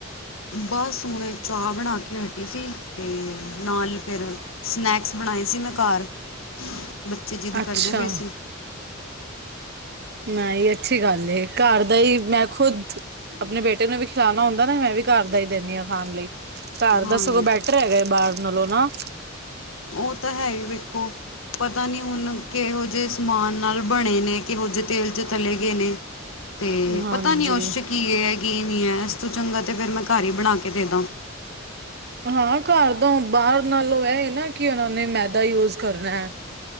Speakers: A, on the left (about 80°); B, on the right (about 50°).
A: ਬਸ ਹੁਣੇ ਚਾਹ ਬਣਾ ਕੇ ਹਟੀ ਸੀ ਤੇ ਨਾਲ ਫਿਰ ਸਨੈਕਸ ਬਣਾਏ ਸੀ ਮੈਂ ਘਰ, ਬੱਚੇ ਜ਼ਿੱਦ ਕਰਦੇ
B: ਅੱਛਾ
A: ਪਏ ਸੀ।
B: ਨਹੀਂ ਅੱਛੀ ਗੱਲ ਐ ਘਰ ਦਾ ਹੀ ਮੈਂ ਖੁਦ ਆਪਣੇ ਬੇਟੇ ਨੂੰ ਵੀ ਖਿਲਾਣਾ ਹੁੰਦਾ ਨਾ ਮੈਂ ਵੀ ਘਰ ਦਾ ਹੀ ਦਿੰਨੀ ਆ ਖਾਣ ਲਈ। ਘਰ
A: ਹਾਂਜੀ
B: ਦਾ ਸਗੋ ਬੈਟਰ ਹੈਗਾ ਬਾਹਰ ਨਾਲੋਂ ਨਾ
A: ਉਹ ਤਾਂ ਹੈ ਹੀ ਵੇਖੋ ਪਤਾ ਨੀ ਹੁਣ ਕਿਹੋ ਜਿਹੇ ਸਮਾਨ ਨਾਲ ਬਣੇ ਨੇ ਕਿਹੋ ਜਿਹੇ ਤੇਲ ਚ ਤਲੇ ਗਏ ਨੇ ਤੇ
B: ਹਾਂਜੀ
A: ਪਤਾ ਨੀ ਉਸ ਚ ਕੀ ਇਹ ਐ ਕੀ ਨੀ ਐ ਇਸ ਤੋਂ ਚੰਗਾ ਅਤੇ ਫਿਰ ਮੈਂ ਘਰ ਹੀ ਬਣਾ ਕੇ ਦੇਦਾਂ।
B: ਹਾਂ ਘਰ ਤੋਂ ਬਾਹਰ ਨਾਲੋਂ ਇਹ ਨਾ ਕਿ ਉਹਨਾਂ ਨੇ ਮੈਦਾ ਯੂਜ ਕਰਨਾ ਐ।